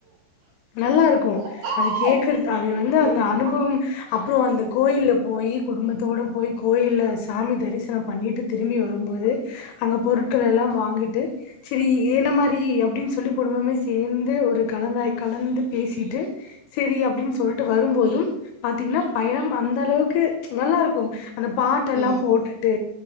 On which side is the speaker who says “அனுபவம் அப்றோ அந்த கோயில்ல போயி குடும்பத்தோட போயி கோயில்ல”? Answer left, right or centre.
Left